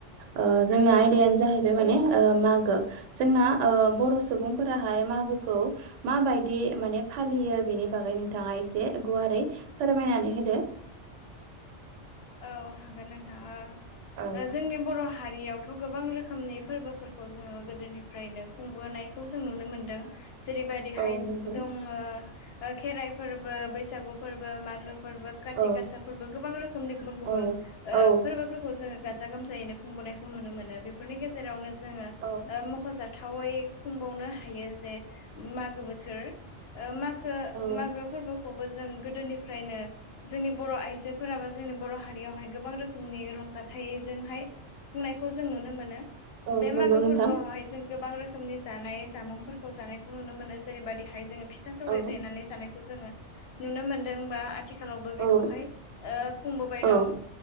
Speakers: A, on the right (about 80°); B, on the left (about 65°).
A: ओ जोंना आयदायानो जाहैबाय माने मागो जोंना ओ बर' सुबुंफोराहाय मागोखौ मा बायदि माने फालियो बेनि बागै नोंथाङा एसे गुवारै फोरमाय नानै होदो।
B: औ हागोन नोंथां
A: औ
B: ओ जोंनि बर' हारियावथ' गोबां रोखोमनि फोरबोफोरखौ जोङो गोदोनिफ्रायनो खुंबोनायखौ जों नुनो मोनदों। जेरै बायदिहाय
A: औ नंगौ
B: दङो ओ खेराइ फोरबो, बैसागु फोरबो, मागो फोरबो काति
A: औ
B: गासा फोरबो गोबां रोखोमनि गुबुन गुबुन
A: औ
B: ओ
A: औ
B: फोरबोफोरखौ जोङो गाजा गोमजायैनो खुंबोनायखौ नुनो मोनो बेफोरनि गेजेरावनो जोङो
A: औ
B: ओ मख'जाथाव थावै खुंबावनो हायो जे मागो बोथोर ओ मागो ओ
A: औ
B: मागो फोरबोखौबो जों गोदोनिफ्रायनो जोंनि बर' आइजोफोराबो जोंनि बर' हारियावहाय गोबां रोखोमनि रंजाथाइजोंहाय खुंनायखौ जों नुनो मोनो।
A: औ
B: बे
A: नंगौ
B: मागो
A: नोंथां
B: फोरबोआवहाय जों गोबां रोखोमनि जानाय जामुंफोरखौ जानायखौ नुनो मोनो जेरैबायदिहाय जोङो फिथा सौराय
A: औ
B: देनानै जानायखौ जोङो नुनो मोनदोंबा आथिखालावबो
A: औ
B: बेखौहाय ओ खुंबोबाय
A: औ
B: दं